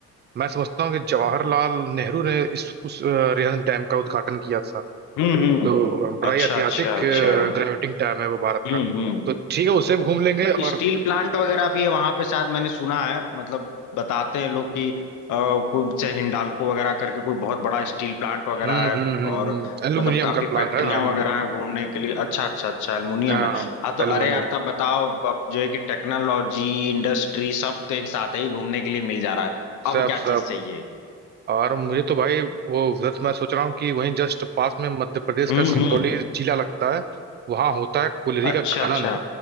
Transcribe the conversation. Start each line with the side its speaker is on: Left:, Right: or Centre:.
Right: मैं समझता हूँ कि जवाहरलाल नेहरू ने इस उस अ, रिहन डैम का उद्घाटन किया था
Left: हम्म हम्म
Right: तो अ, बड़ा
Left: अच्छा
Right: ही ऐतिहासिक
Left: अच्छा अच्छा हम्म
Right: ग्रेविटिंग डैम है वो भारत
Left: हम्म
Right: का तो ठीक है उसे भी घूम लेंगे और
Left: स्टील प्लांट वगैरह भी है वहां पे शायद मैंने सुना है मतलब बताते हैं लोग कि अ, कोई जैसे हिंडाल्को वगैरह करके कोई बहुत बड़ा स्टील प्लांट वगैरह
Right: हम्म
Left: है
Right: हम्म हम्म
Left: और
Right: एल्यूमिनियम
Left: मतलब काफी
Right: का प्लांट
Left: फैक्ट्रियां
Right: है हम्म,
Left: वगैरह हैं घूमने के लिए अच्छा अच्छा अच्छा एल्युमिनियम
Right: हाँ
Left: है हाँ तो
Right: एल्यूमिनियम
Left: अरे यार तब बताओ अब जो है कि टेक्नोलॉजी इंडस्ट्री सब तो एक साथ ही घूमने के लिए मिल जा रहा है
Right: सब
Left: अब क्या
Right: सब
Left: चीज चाहिए
Right: और मुझे तो भाई वो उधर तो मैं सोच रहा हूँ कि वहीं जस्ट पास में मध्य प्रदेश
Left: हम्म
Right: का सिंगरौली
Left: हम्म
Right: जिला लगता है वहां होता है कोयले
Left: अच्छा
Right: का खनन
Left: अच्छा